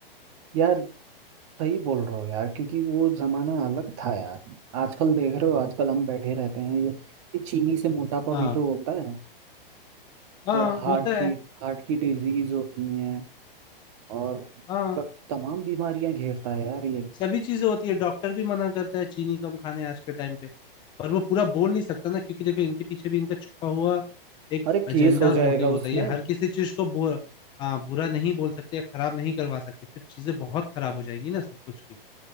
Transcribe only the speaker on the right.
यार सही बोल रहे हो यार क्योंकि वो जमाना अलग था यार आजकल देख रहे हो आजकल हम बैठे रहते हैं ये ये चीनी से मोटापा
भी तो होता है
और हार्ट
की
हार्ट की डिजीज होती हैं और
प- तमाम बीमारियां घेरता है यार ये
अरे
केस हो
जाएगा
उसमें